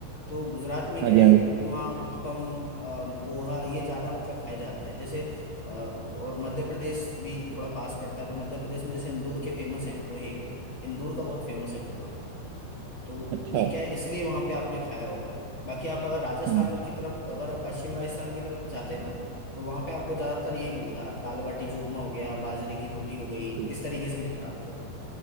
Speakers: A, on the left; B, on the right.
A: तो गुजरात में क्या
B: हाँ जी
A: है ये
B: हाँ जी
A: उपमा उत्पम अ, पोहा ये ज्यादा मतलब खाए जाते हैं जैसे अ, और मध्य प्रदेश भी थोड़ा पास पड़ता है तो मध्य प्रदेश में जैसे इंदौर के फेमस हैं पोहे इंदौर का बहुत फेमस है पोहा तो
B: अच्छा
A: ये क्या है इसलिए वहां पे आपने खाया होगा बाकी आप अगर राजस्थान
B: हम्म
A: की तरफ अगर आप पश्चिम राजस्थान की तरफ जाते हैं ना तो वहां पे आपको ज्यादातर यही मिलता है दाल बाटी चूरमा हो गया बाजरे की रोटी हो गई
B: ठीक
A: इस तरीके से मिलता आपको